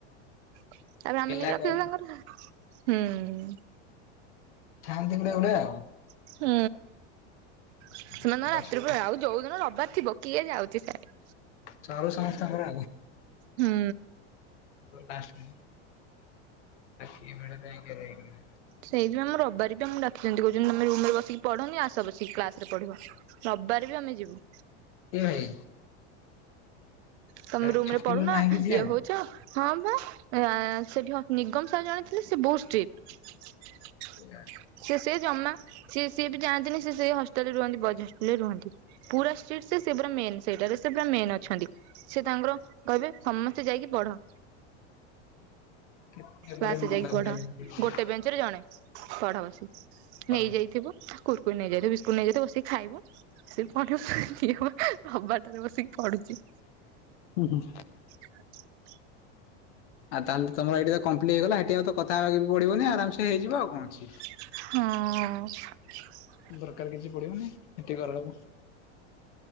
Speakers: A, on the right; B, on the left.
A: ତାପରେ ଆମେ
B: ପିଲା
A: ନେଇକି ରଖିଦେଲୁ
B: କମ
A: ତାଙ୍କର, ହୁଁ।
B: ଥାନ୍ତି ଗୋଟେ ଗୋଟେ ଆଉ।
A: ହୁଁ,
B: ସମସ୍ତଙ୍କର
A: ସେମାନେ ରାତିରୁ
B: ଅସୁବିଧା
A: ପୂରା ଆଉ ଯୋଉଦିନ ରବିବାର ଥିବ କିଏ ଯାଉଛି ସାଆଡେ଼।
B: ସରୁ ସମସ୍ତଙ୍କର
A: ହୁଁ।
B: ଟାସ୍କ। ସିଏ ମାଡଖଇକି ରହିଗଲେ,।
A: ସେଇଥିପାଇଁ ଆମର ରବିବାର ଟା ଆମକୁ ଡାିକିଛନ୍ତି କହୁଛନ୍ତି ତମେ ରୁମ ରେ ବସିକି ପଢନି ଆସ ବସିକି କ୍ଲାସରେ ପଢିବ। ରବିବାର ବି ଆମେ ଯିବୁ।
B: ଏ, ଭାଇ।
A: ତମେ
B: ତା
A: ରୁମରେ
B: ଛୁଟି
A: ପଢୁନ
B: ବେଳେ ନାହିଁ କିଛି
A: ଇଏ
B: ଆଉ।
A: ହଉଛ ହଁ ବା ସେଠି ନିଗମ ସାର ଜଣେ ଥିଲେ ସେ ବହୁତ ଷ୍ଟ୍ରିଟ।
B: <unintelligible>
A: ସେ ସେଏ ଜମା ସି ସିଏ ବି ଯାନ୍ତିି ସେଇ ହଷ୍ଟେଲ ରେ ରୁହନ୍ତି ବଜ ହଷ୍ଟେଲ ରେ ରୁହନ୍ତି। ପୁରା ଷ୍ଟ୍ରିଟ୍ ସେ ସେ ପୁରା ମେନ୍ ସେଇଟାରେ ସେ ପୁରା ମେନ୍ ଅଛନ୍ତି। ସେ ତାଙ୍କର କହିବେ ସମସ୍ତେ ଯାଇକି ପଢ।
B: କେତେ ଗୁଡେ
A: ବାସ
B: ମୁଣ୍ଡ
A: ଯାଇକି ପଢ
B: ଖରାପ
A: ଗୋଟେ ବେଞ୍ଚ ରେ ଜଣେ ପଢ ବସି
B: ପଢ।
A: ନେଇଯାଇ ଥିବ କୁର୍କୁୁର ନେଇଯାଇଥ ବିସ୍କୁଟ ନେଇଯାଇଥ ବସିକି ଖାଇବ ସେ। ଏ ହବାଟରେ ବସିକି ପଡୁଛି।
B: ହୁଁ ହୁଁ।
A: <inaudible>
B: ଆଉ ତାହେଲେ ତମର ଏଇିା କମ୍ପ୍ଲିଟ ହେଇଗଲା ସେଇଠ ଆଉ କଥା ହେବାକ ବି ପଡିବନି ଆରାମ ସେ ହେଇଯିବ ଆଉ କଣଛି।
A: ହଁ।
B: ଦରକାର କିଛି ପଡିବନି ସେତି କରକୁ